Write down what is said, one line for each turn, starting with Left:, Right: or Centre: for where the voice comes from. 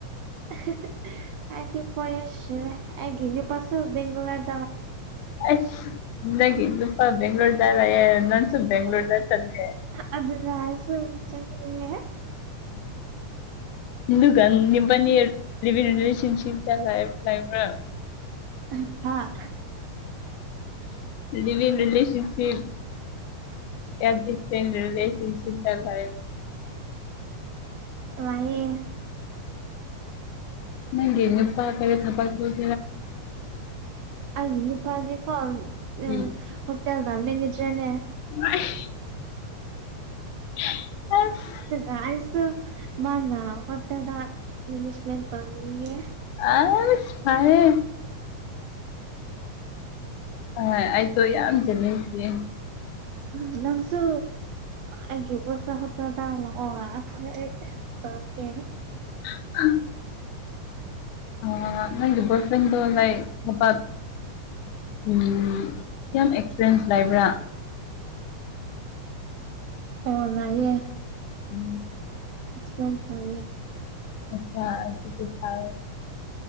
Right: <unintelligible> ꯑꯗꯤ ꯐꯣꯔ ꯌꯔ ꯁꯨꯔꯦ ꯑꯩꯒꯤ ꯅꯨꯄꯥꯁꯨ ꯕꯦꯒꯂꯣꯔꯦ
Left: ꯑꯁ ꯅꯒꯤ ꯅꯨꯄꯥ ꯕꯦꯡꯒꯂꯣꯔꯦꯗ ꯂꯩꯌꯦ ꯅꯪꯁꯨ ꯕꯦꯡꯒꯂꯣꯔꯦꯗ <unintelligible>
Right: ꯑꯗꯨꯅꯤ <unintelligible>
Left: ꯑꯗꯨꯒꯥ ꯅꯤꯕꯅꯤ ꯂꯤꯚꯤꯡ ꯔꯤꯁꯟꯁꯤꯟꯇ ꯂꯩ ꯂꯥꯏꯕ꯭ꯔꯥ
Right: <unintelligible> ꯍꯥꯥ
Left: ꯂꯤꯕꯤꯡ ꯔꯤꯂꯦꯁꯟꯁꯤꯞ <unintelligible>
Right: ꯂꯥꯏꯌꯦ
Left: ꯅꯪꯒꯤ ꯅꯨꯄꯥ ꯀꯔꯤ ꯊꯕꯛ <unintelligible>
Right: ꯑꯩ ꯅꯨꯄꯥꯗꯤꯀꯣ ꯎ
Left: ꯎꯝ
Right: ꯍꯣꯇꯦꯜꯗ ꯃꯦꯅꯦꯖꯔꯅꯦ
Left: <unintelligible> <unintelligible>
Right: <unintelligible> ꯑꯩꯁꯨ ꯃꯥꯅꯥ ꯍꯣꯇꯦꯜꯗ ꯃꯦꯖꯃꯦꯟ ꯇꯧꯅꯤꯟꯉꯦ
Left: ꯑꯁ ꯐꯔꯦ ꯑ ꯑꯩꯁꯨ ꯌꯥꯝ <unintelligible>
Right: ꯎ ꯅꯪꯁꯨ ꯃꯥꯒꯤ <unintelligible> ꯇꯒꯦ
Left: <unintelligible> ꯑ ꯅꯪꯒꯤ ꯕꯣꯌꯗꯔ꯭ꯤꯑꯦꯟꯗ ꯂꯩꯥꯏ <unintelligible> ꯎꯝ ꯌꯥꯝ ꯑꯦꯛꯁꯄꯔꯌꯦꯟꯁ ꯂꯩꯕ꯭ꯔꯥ
Right: <inaudible> ꯑꯣ ꯅꯥꯏꯌꯦ
Left: <inaudible>
Right: <unintelligible>
Left: <unintelligible>